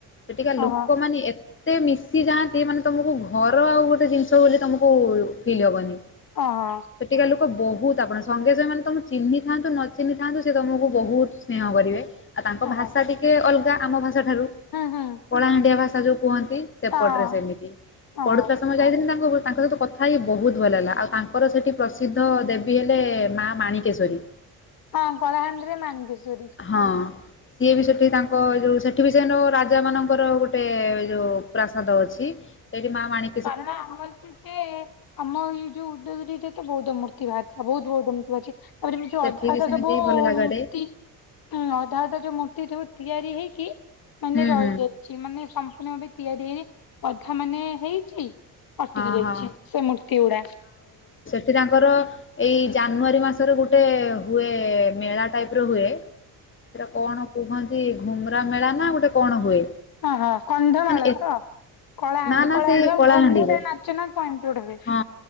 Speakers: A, on the left; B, on the left.
A: ସେଠିକା ଲୋକମାନେ,
B: ଓହୋ
A: ଏ ଏତେ ମିଶି ଯାଆନ୍ତି, ମାନେ ତମକୁ ଘର ଆଉ ଗୋଟେ ଜିନିଷ ବୋଲି ତମକୁ ଫିଲ୍ ହବନି।
B: ଅଁ,
A: ସେଠିକା ଲୋକ ବହୁତ, ଆପଣ ସଙ୍ଗେସଙ୍ଗେ ମାନେ ତମେ ଚିହ୍ନି ଥାନ୍ତୁ ନ ଚିହ୍ନିଥାନ୍ତୁ ସେ ତୁମକୁ ବହୁତ ସ୍ନେହ କରିବେ, ଆଉ ତାଙ୍କ
B: ହୁଁ
A: ଭାଷା ଟିକେ ଅଲଗା ଆମ ଭାଷା ଠାରୁ।
B: ହୁଁ।
A: କଳାହାଣ୍ଡିଆ ଭାଷା ଯୋଉ କୁହନ୍ତି। ସେପଟରେ
B: ହଁ
A: ସେମିତି
B: ଓହୋ
A: ପଢୁଥିଲା, ହଁ ଯାଇଥିଲି ତାଙ୍କ ସହିତ କଥା ହେଇ ବହୁତ ଭଲଲାଗିଲା। ଆଉ ତାଙ୍କର ସେଠି ପ୍ରସିଦ୍ଧ ଦେ, ବି ହେଲେ ମା ମାଣିକେଶରୀ।
B: ହଁ କଳାହାଣ୍ଡିରେ ମାାନିକେଶ୍ଵରୀ।
A: ହଁ, ସିଏ ବି ସେଠି ତାଙ୍କ ଯେଉଁ ସେଠି ବି ସେ ରାଜାମାନଙ୍କର ଗୋଟେ ଯେଉଁ ପ୍ରାସାଦ ଅଛି। ସେଇଠି ମା ମାଣି,
B: କାରଣ ଆମେଟିକେ ଅମ ଜୁ ଉଦ୍ଦ ରଜ ତ ବଉଦ୍ଧମୂର୍ତି। ଭାଆରି ଥିଲା ବହୁତ ବହୁତ ମୁତି ଅଛି ତାପରେ ଏମ ଯୋଉ
A: ସେଠି
B: ଅଧା ଅଧା
A: ବି ସେମିତି
B: ସବୁ
A: ଭଲ ଜାଗାଟେ
B: ମୂର୍ତ୍ତି, ହୁଁ, ଅଧା ଅଧା ଯୋଉ ମୂର୍ତ୍ତି ଯୋଉ ତିଆରି ହେଇକି ମାନେ
A: ହୁଁ
B: ରହିଯାଇଛି।
A: ହୁଁ
B: ସିଏ ମାନେ ସମ୍ପୂର୍ଣ୍ଣ ଭାବେ ତିଆରି ହେଇ ଅଧା ମାନେ ହେଇଛି, ଅଟିକି
A: ହଁ
B: ଯାଇଛି।
A: ହଁ
B: ସେ ମୂର୍ତ୍ତି ଗୁଡା,
A: ସେ ତାଙ୍କର, ଏଇ ଜାନୁଆରୀ ମାସରେ ଗୋଟେ ହୁଏ। ମେଳା ଟାଇପ ର ହୁଏ, ସେଇଟା କଣ କୁହନ୍ତି ଘୁମରା ମେଳା ନା ଗୋଟେ କଣ ହୁଏ,
B: ଓହୋ କନ୍ଧମାଳ
A: ମାନେ ଏ
B: ତ, କଳାହାଣ୍ଡି
A: ନା ନା
B: କଳାହାଣ୍ଡି
A: ସେଇ
B: ଆମ
A: କଳାହାଣ୍ଡିରେ
B: ଘୁମୁରା ନାଚ ନା କଣଟବେ
A: ହଁ